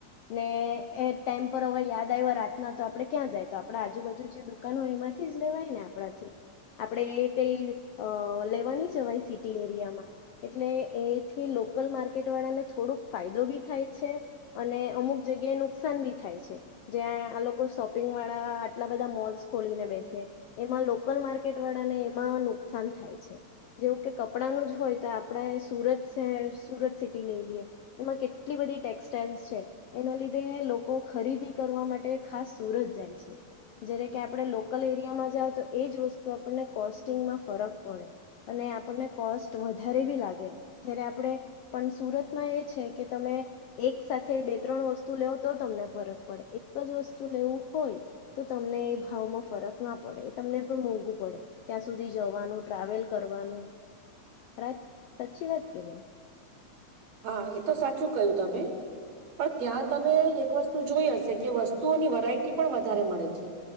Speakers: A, on the left; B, on the right.
A: ને એ ટાઈમ પર હવે યાદ આવ્યા રાતના તો આપણેે ક્યાં જાય તો આપણા આજુબાજુ જે દુકાનો હોય એમાંથી લેવાય ને આપણાથી આપડણે એ કઈ અ લેવાની જવા સિટી એરિયામાં એટલે એથી લોકલ માર્કેટ વાળાને થોડોક ફાયદો બી થાય છે અને અમુક જગ્યાએ નુકસાન બી થાય છે જ્યાં આ લોકો શોપિંગ વાળા આટલા બધા મોલ્સ ખોલીને બેસે એમાં લોકલ માર્કેટ માર્કેટ વાળા ને એમાં નુકસાન થાય છે જેવું કે કપડાનું જ હોય તો આપણે સુરત સ સુરત સિટી લઈ લઈએ. એમાં કેટલી બધી ટેક્સટાાઈલ્સ છે. એના લીધે લોકો ખરીદી કરવા માટે ખાસ સુરત જાય છે જ્યારે કે આપણે લોકલ એરિયામાં જાઓ તો એ જ વસ્તુ તો આપણને કોસ્ટિંગમાં ફરક પડે અને આપણને કોસ્ટ વધારે બી લાગે જય્યારે આપણે પણ સુરતમાં એ છે કે તમે એક સાથે બે ત્રણ વસ્તુ લેવ તો તમને ફરક પડે એક જ વસ્તુ લેવું હોય તો તમને એ ભાવમાં ફરક ના પડે એ તમને પણ મોંઘું ત્યાં સુધી જવાનું ટ્રાવેલ કરવાનુંત સાચી વાત કે નહી
B: હા એ તો સાચું ક્યું તમે પણ ત્યાં તમે એક વસ્તુ જોઈ હશે કે વસ્તુઓની વરાયટી પણ વધારે મળે છે